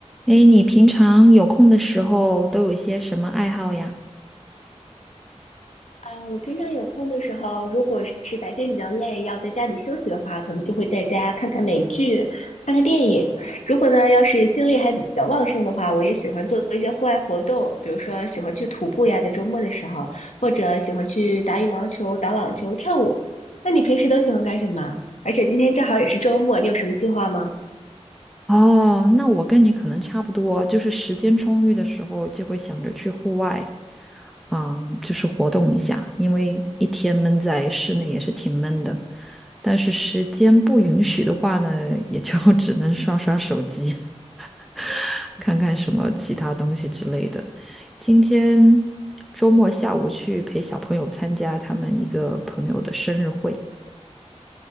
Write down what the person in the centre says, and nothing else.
哎，你平常有空的时候都有一些什么爱好呀？
哦，那我跟你可能差不多，就是时间充裕的时候就会想着去户外，嗯，就是活动一下，因为一天闷在室内也是挺闷的。但是时间不允许的话呢，也就 <laughs> 只能刷刷手机，<laughs> 看看什么其他东西之类的。今天周末下午去陪小朋友参加他们一个朋友的生日会，